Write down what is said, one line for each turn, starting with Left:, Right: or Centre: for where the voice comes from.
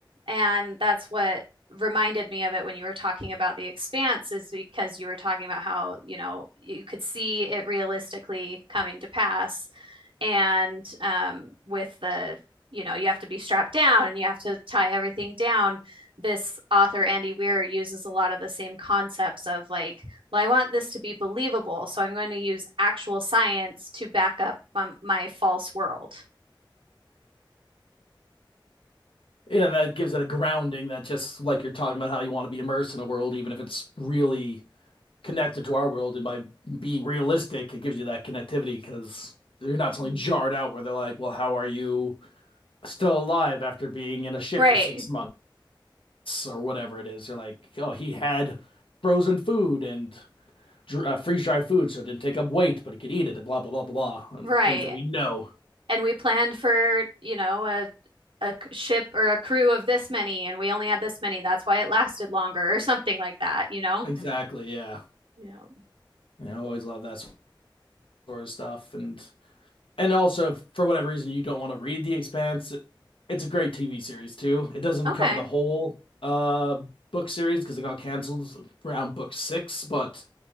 Right: And that's what reminded me of it when you were talking about The Expanse, is because you were talking about how, you know, you could see it realistically coming to pass. And um, with the, you know, you have to be strapped down and you have to tie everything down. This author, Andy Weir, uses a lot of the same concepts of like, well, I want this to be believable, so I'm going to use actual science to back up um, my false world.
Left: yeah, that gives it a grounding that just like you're talking about how you want to be immersed in a world, even if it's really connected to our world. And by being realistic, it gives you that connectivity because you're not
Right: Mhm.
Left: suddenly jarred out where they're like, well, how are you still alive after being in a ship
Right: Right,
Left: for six months? or whatever it is. You're like, oh, he had frozen food and dr- uh, freeze dried food, so it didn't take up weight, but he could eat it and blah, blah, blah, blah, blah. And
Right: right.
Left: things that we know.
Right: And we planned for, you know, a a ship or a crew of this many, and we only had this many. That's why it lasted longer, or something like that, you know?
Left: Exactly. Yeah.
Right: Yeah.
Left: You know, I always love that sort of stuff. And, and also, if for whatever reason, you don't want to read The Expanse, it's a great TV series too. It doesn't
Right: Okay.
Left: cover the whole uh, book series because it got canceled around book six, but